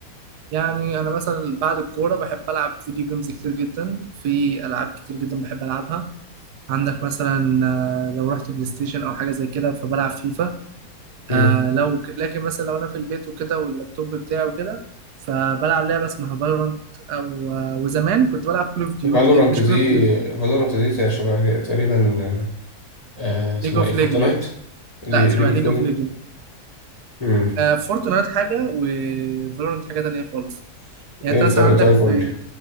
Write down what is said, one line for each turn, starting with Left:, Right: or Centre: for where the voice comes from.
Right: يعني انا مثلا بعد الكورة بحب العب فيديو جيمز كتير جدا في العاب كتير جدا بحب العبها عندك مثلا آه، لو رحت بلاي ستيشن او حاجة زي كده فبلعب فيفا
Left: مم.
Right: آه لو ك- لكن مثلا لو انا في البيت وكده واللابتوب بتاعي وكده فبلعب لعبه اسمها فالورانت او آه وزمان كنت بلعب كول اوف ديوتي
Left: فالورانت
Right: مش
Left: دي
Right: كول اوف ديوتي
Left: فالورانت دي زي شبه تقريبا آه اسمها
Right: ليج اوف
Left: إيه فورتنايت
Right: ليجند
Left: لي-
Right: لا شبه
Left: ليج اوف
Right: ليج
Left: ليجا
Right: اوف ليجند
Left: مم.
Right: آه فورتنايت حاجه وفالورانت حاجه تانية خالص يعني
Left: إيه
Right: انت
Left: الفرق
Right: مثلا عندك
Left: طيب
Right: في
Left: قول لي